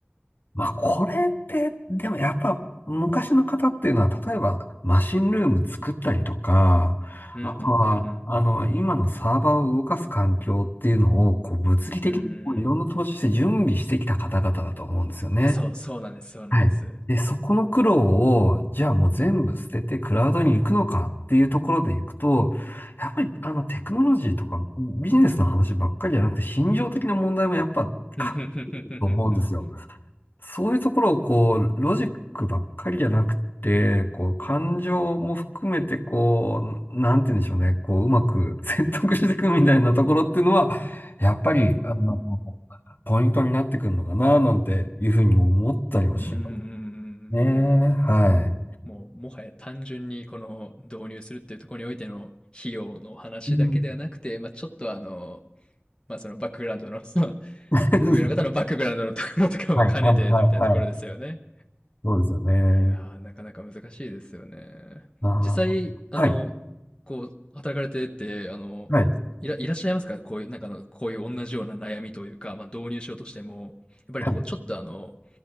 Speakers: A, on the left; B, on the left.
A: まあ、これって、でもやっぱ昔の方っていうのは、例えばマシンルーム作ったりとか、
B: うん、
A: あとは、
B: うん、うん、うん。
A: あの、今のサーバーを動かす環境っていうのを、こう、物理的にこういろんな投資して準備してきた方々だと思うんですよね。
B: うん。いや、そう、そうなんです、そうなんです。
A: はい。で、そこの苦労を、じゃあもう全部捨ててクラウドに行くのかっていうところで行くと、やっぱりあのテクノロジーとかビジネスの話ばっかりじゃなくて、心情的な問題もやっぱ関係すると思うんですよ。
B: うん、うん。
A: そういうところをこう、ロジックばっかりじゃなくて、こう、感情も含めてこう、なんて言うんでしょうね、こう、うまく <laughs> 説得していくみたいなところっていうのは、やっぱり、あの、ポイントになってくるのかな、なんていうふうにも思ったりもします。
B: うん、うん、うん。
A: ねえ、は
B: もう、もはや単純にこの導入するっていうところにおいての費用の話だけではなくて、
A: い。うん。
B: まあ、ちょっとあの、まあ、そのバックグラウンドの、<laughs> まあ
A: <laughs>
B: 上の方のバックグラウンドのところとかも兼ねてみたいなところですよね。
A: はい、はい、はい、はい。そうですよね。
B: いやー、なかなか難しいですよね。
A: あ
B: 実際、あの、
A: あ、はい、
B: こう、働かれてて、あの、
A: はい、
B: いら、いらっしゃいますかこういう、なんかあの、こういう同じような悩みというか、まあ、導入しようとしても、やっぱりこう、
A: はい。
B: ちょっとあの、